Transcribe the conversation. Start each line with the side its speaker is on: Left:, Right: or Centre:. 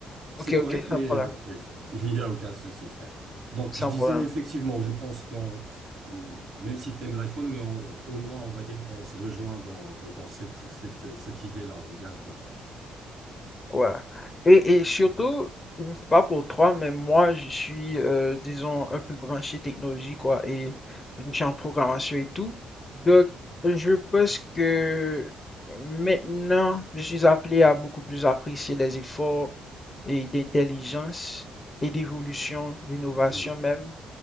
Right: C'est
Left: Ok,
Right: correct,
Left: ok,
Right: mais
Left: sans problème,
Right: euh, oui, <laughs> il y a aucun souci, frère. Donc,
Left: sans
Right: je disais
Left: problème.
Right: effectivement, je pense qu'on, euh, même si tu aimes l'iPhone, mais on- au moins, on va dire qu'on se rejoint dans, dans cette, cette, cette idée-là. On est bien d'accord.
Left: Ouais. Et, et surtout, je ne sais pas pour toi, mais moi, je suis, euh, disons, un peu branché technologie, quoi, et je suis en programmation et tout. Donc, je pense que maintenant, je suis appelé à beaucoup plus apprécier les efforts et d'intelligence et d'évolution, d'innovation
Right: Oui.
Left: même,